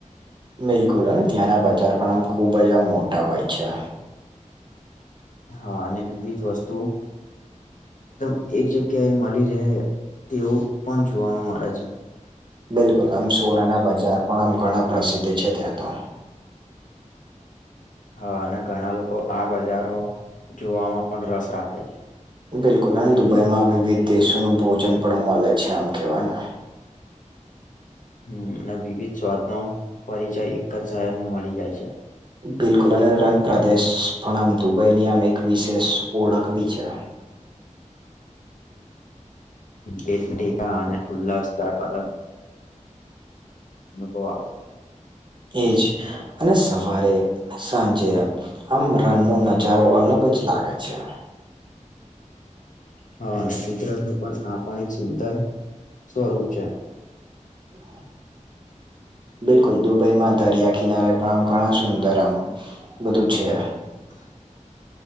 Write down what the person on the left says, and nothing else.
હા અને વિવિધ વસ્તુઓ એકદમ એક જગ્યાએ મળી રહે તેવું પણ જોવાવામાં મળે છે.
હા અને ઘણા લોકો આ બજારો જોવામાં પણ રસ રાખે છે.
હમ્મ અને વિવિધ સ્વાદનો પરિચય એક જ શહેરમાં મળી જાય છે.
હ એ ટેકા અને ખુલ્લા સ્થળ અલગ એ કોવા આવે
હા અને કુદરત નું પણ આ પણ એક સુંદર સ્વરૂપ છે.
હ,